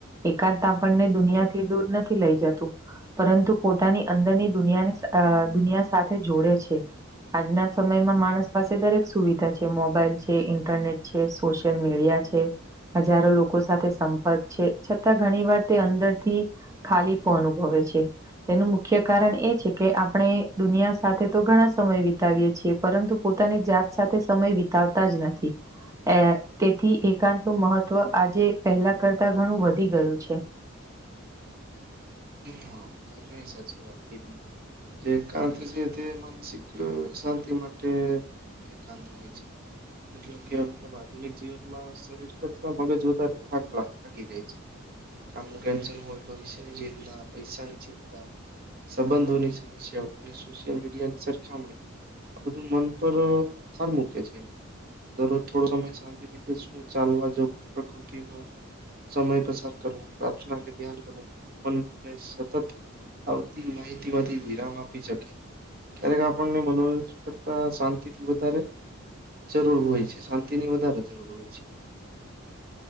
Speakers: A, on the right; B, on the right.
A: એકાંત આપણને દુનિયાથી દૂર નથી લઇ જતું. પરંતુ પોતાની અંદરની દુનિયા અ દુનિયા સાથે જોડે છે. આજના સમયમાં માણસ પાસે દરેક સુવિધા છે. મોબાઈલ છે, ઈન્ટરનેટ છ સોશિયલ મીડિયા છે. હજારો લોકો સાથે સંપર્ક છે, છતાં ઘણીવાર તે અંદરથી ખાલીપો અનુભવે છે. તેનું મુખ્ય કારણ એ છે કે આપણે દુનિયા સાથે તો ઘણા સમય વિતાવીએ છીએ, પરંતુ પોતાની જાત સાથે સમય વિતાવતા જ નથી. એ તેથી એકાંતનું મહત્વ આજે પહેલાં કરતાં ઘણું વધી ગયું છે.
B: હા, તમે ઘણી સાચી વાત કીધી. જે એકાંત છે તે માનસિક શાંતિ માટે એકાંત હોય.
A: <inaudible>
B: છે મતલબ કે મતલબ આધુનિક જીવનમાં શરીર કરતા મગજ વધારે થાક લાગ થાકી જાય છે. કામનું ટેન્શન હોય, ભવિષ્યની ચિંતા, પૈસાની ચિંતા સંબંધોની સમસ્યાઓ અને સોશિયલ મીડિયાની સરખામણી આ બધું મન પર ભાર મૂકે છે. દરરોજ થોડો સમય શાંતિથી બેસવું, ચાલવા જવું, પ્રકૃતિમાં સમય પસાર કરવું, પ્રાર્થના કે ધ્યાન કરવું પણને સતત આવતી માહિતીમાંથી વિરામ આપી શકે. ક્યારેક આપણને મનોરંજન કરતા શાંતિથી વધારે જરૂર હોય છે, શાંતિની વધારે જરૂર હોય છે.